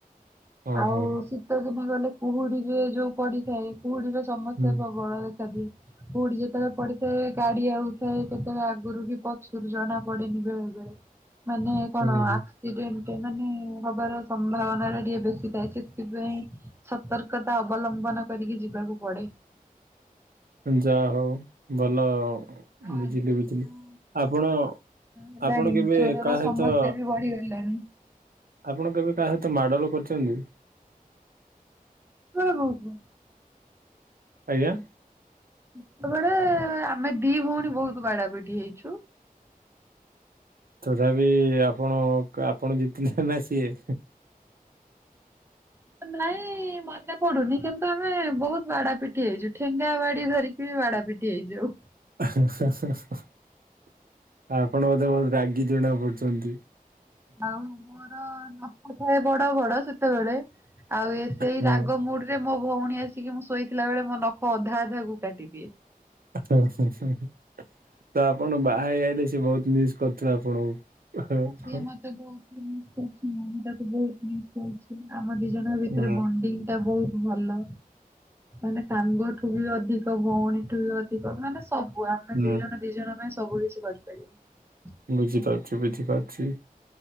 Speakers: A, on the right (about 75°); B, on the right (about 15°).
A: ହଁ
B: ଆଉ
A: ହଁ।
B: ଶୀତ ଦିନେ ଗଲେ କୁହୁଡିରେ ଯୋଉ ପଡିଥାଏ କୁହୁଡିରେ ସମସ୍ୟା
A: ହୁଁ
B: ପ୍ରବଳ ଦେଖାଦିଏ ପୁଠ ଯେତେବେଳେ ପଡିଥାଏ ଗାଡି ଆଉ ସେ କେତେବେଳେ ଆଗରୁ କି ପଛରୁ ଜଣା ପଡେନି ବେଳେ ବେଳେ ମାନେ
A: ହୁଁ।
B: କଣ ଆକ୍ସିଡେଣ୍ଟ ମାନେ ହବାର ସମ୍ଭାବନା ଟା ଟିକେ ବେଶୀ ଥାଏ ସେଥିପାଇଁ ସତର୍କତା ଅବଲମ୍ବନ କରିକି ଯିବା କୁ ପଡେ
A: ଯାହା ହଉ ଭଲ
B: ଆଉ
A: ବୁଝିଲି
B: ଆଜିକାଲି
A: ବୁଝିଲି
B: ଯୋଉ
A: ଆପଣ
B: ହେଲାଣି
A: ଆପଣ କେବେ
B: ଚୋରର
A: କାହା
B: ସମସ୍ୟା
A: ସହିତ
B: ବି ବଢିଗଲାଣି।
A: ଆପଣ କେବେ କାହା ସହିତ ମାଡଲ କରିଛନ୍ତି
B: ହ ହଉ ହ
A: ଆଜ୍ଞା
B: ସେତେବେଳେ ଆମେ ଦି ଭଉଣୀ ବହୁତ ବାଡାାବିଡି ହେଇଛୁ
A: ତଥାପି ଆପଣ ଆପଣ ଜିତିଲେେ ନା ସିଏ
B: ହୁଁ ନାଇଁ ମନେ ପଡୁନି କିନ୍ତୁ ଆମେ ବହୁତ ବାଡା ପିଟି ହେଇଛୁ ଠେଙ୍ଗା ବାଡି ଧରିକି ବାଡାପିଠି ଆଇଯାଉଉ
A: ଆପଣ ମୋତେ ବହୁତ ରାଗି ଜଣା ପଡୁଛନ୍ତି
B: ଆଉ ମୋର ନଖ ଥାଏ ବଡ ବଡ ସେତେବେଳେ ଆଉ ଏ ସେଇ
A: ହଁ
B: ରାଗ ମୁଡରେ ମୋ ଭଉଣୀ ଆସିକି ମୁଁ ଶୋଇଥିଲା ବେଳେ ମୋ ନଖ ଅଧା ଅଧା କୁ କାଟିଦିଏ
A: ତ ଆପଣ ବାହା ହେଇ ଆଇଲେ ସେ ବହୁତ ମିସ୍ କରୁଥିବ ଆପଣଙ୍କୁ। <unintelligible>
B: ସିଏ ମତେ ବହୁତ ମୁଁ ବି ତାକୁ ବହୁତ୍ ମିସ୍ କରୁଚି ଆମ ଦିଜଣଙ୍କ ଭିତରେ
A: ହୁଁ
B: ବଣ୍ଡିଂ ଟା ବହୁ ଭଲ ମାନେ ସାଙ୍ଗଠୁ ବି ଅଧିକ ଭଉଣୀ। <unintelligible> ବି ଅଧିକ ମାନେ ସବୁ ଆମେ
A: ହୁଁ
B: ଦି ଜଣ ଦି ଜଣ ପାଇଁ ସବୁ କିଛି କରିପାରିବୁ।
A: ବୁଝିପାରୁଛି ବୁଝିପାରୁଛି।